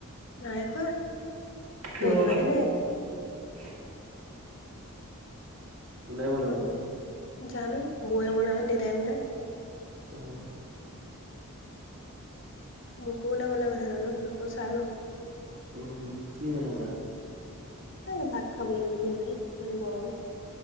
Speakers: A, on the left; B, on the right.
A: নাই খোৱা,
B: কিয়
A: বনোৱাই নাই একো।
B: <inaudible> কোনে বনাব।
A: বনোৱা জানো বৌ বনাই নে দেউতাই বনাই।
B: আহ।
A: মোকো বনাবলৈ কৈছে জানো কি কৰু চাই লম। <unintelligible>
B: উম কি বনাবা।
A: ন ভাত খাবলৈ ইমান দিয় নাই ইমান গৰম। <unintelligible>